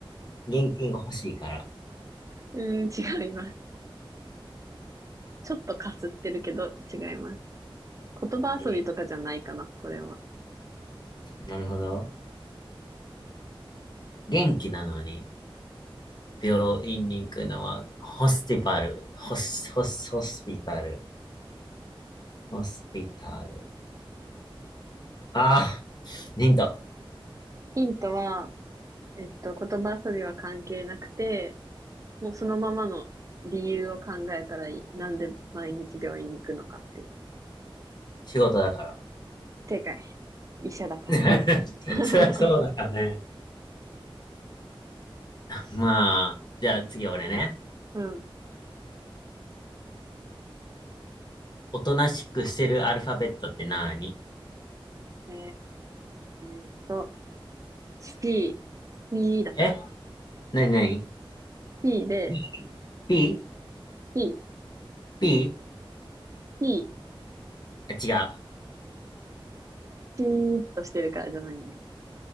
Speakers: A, on the left; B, on the right.
A: 現金が欲しいから。
B: うーん、違います。ちょっとかすってるけど、違います。言葉遊びとかじゃないかな、
A: げ
B: これは。
A: なるほど。元気なのに、病院に行くのは、ホスティパル、ホス、ホス、ホスピタル。ホスピタル。ああ、ヒント。
B: ヒントは、えっと、言葉遊びは関係なくて、もうそのままの理由を考えたらいい。なんで毎日病院に行くのかっていう。
A: 仕事だから。
B: 正解。医者だから。
A: <laughs>
B: <laughs>
A: そりゃそうだよね。まあ、じゃあ次俺ね。
B: うん。
A: おとなしくしてるアルファベットって何
B: えーっと、C、C だから。
A: えなになに
B: C で、
A: ?B? B?
B: C、
A: B?
B: C、
A: あ、違う。
B: C ーっとしてるからじゃないんだよ。